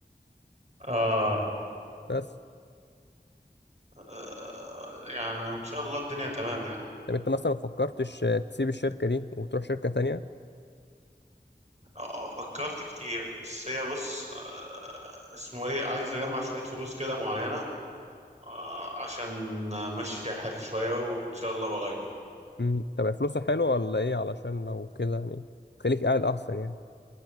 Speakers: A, on the right; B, on the left.
A: آه.
B: بس
A: اه يعني ان شاء الله الدنيا تمام يعني
B: طب انت مثلا ما فكرتش آه، تسيب الشركة دي وتروح شركة تانية
A: آه فكرت كتير بس هي بص آه اسمه ايه عايز اجمع شويه فلوس كده معينه آه عشان امشي فيها حالي شويه وان شاء الله بغير
B: مم. طب فلوسه حلوة ولا ايه علشان لو كده يعني خليك قاعد احسن يعني